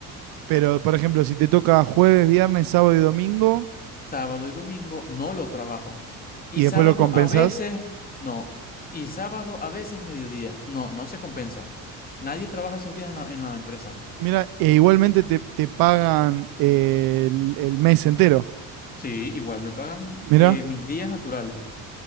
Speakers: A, on the right (about 75°); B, on the left (about 25°).
A: Pero, por ejemplo, si te toca jueves, viernes, sábado y domingo...
B: Sábado y domingo no lo trabajo. Y
A: y después
B: sábado
A: lo compensás.
B: a veces no. Y sábado a veces mediodía. No, no se compensa. Nadie trabaja esos días en la, en la empresa.
A: Mira, e igualmente te, te pagan eh, el, el mes entero.
B: Sí, igual me pagan
A: Mira.
B: eh, mis días naturales,